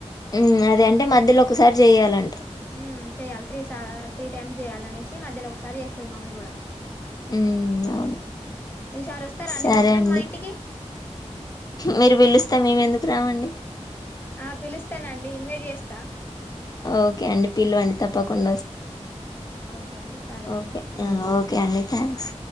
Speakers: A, on the left; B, on the left.
A: హ్మ్ అదే అంటే మధ్యలో ఒకసారి చెయాలంట
B: హ్మ్ చెయాలి త్రీ సాల త్రీ టైమ్ జేయాలనేసి మధ్యలో ఒకసారి చేస్తది మమ్మీ గూడా
A: హ్మ్ అవును
B: ఈసారి వస్తారా
A: సరే
B: దసరాకి
A: అండి
B: మా ఇంటికి
A: మీరు పిలుస్తా మేమెందుకు రామండి
B: ఆ పిలుస్తానండి ఇన్వైట్ చేస్తా
A: ఓకే అండి పిలవండి తప్పకుండా
B: ఓకే
A: వస్
B: ఓకే అండి సరే
A: ఓకే
B: అండి
A: ఓకే అండి థ్యాంక్స్